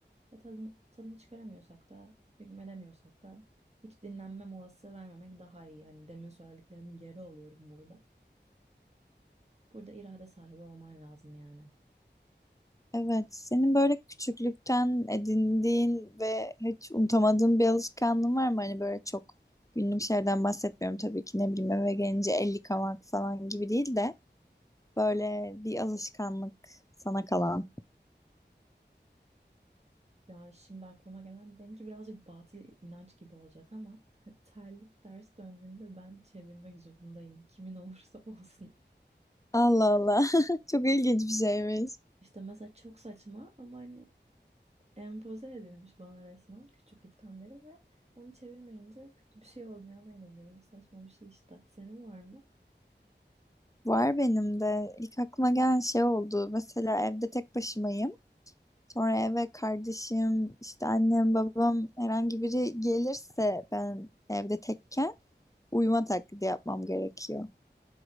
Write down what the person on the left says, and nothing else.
Evet, senin böyle küçüklükten edindiğin ve hiç unutamadığın bir alışkanlığın var mı? Hani böyle çok günlük şeylerden bahsetmiyorum tabii ki ne bileyim eve gelince el yıkamak falan gibi değil de böyle bir alışkanlık sana kalan.
Allah Allah. <laughs> Çok ilginç bir şeymiş.
Var benim de. İlk aklıma gelen şey oldu. Mesela evde tek başımayım. Sonra eve kardeşim, işte annem, babam herhangi biri gelirse ben evde tekken uyuma taklidi yapmam gerekiyor.